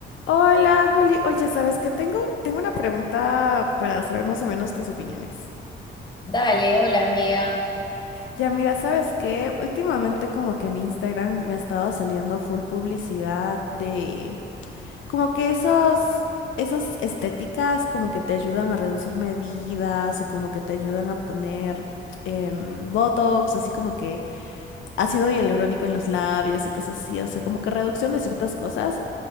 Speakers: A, on the left; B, on the left.
A: Hola, Juli. Oye, ¿sabes qué? Tengo, tengo una pregunta para saber más o menos tus opiniones.
B: Dale, hola amiga.
A: Ya, mira, ¿sabes qué? Últimamente como que en Instagram me ha estado saliendo full publicidad de como que esos, esas estéticas como que te ayudan a reducir medidas o como que te ayudan a poner em, Botox, así como que ácido hialurónico en los labios y cosas así. O sea, como que reducción de ciertas cosas.